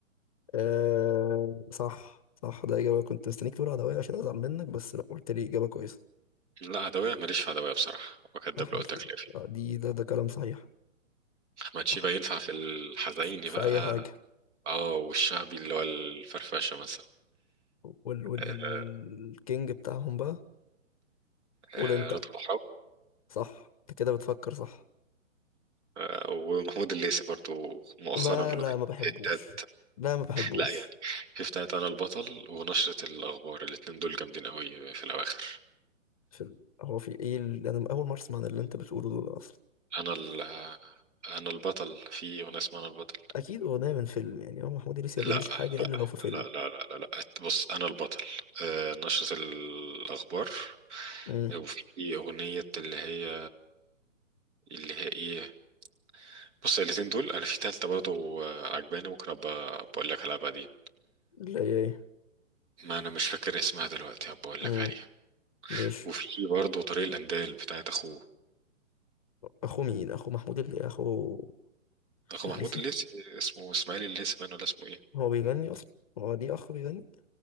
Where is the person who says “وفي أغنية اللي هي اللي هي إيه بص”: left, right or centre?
Right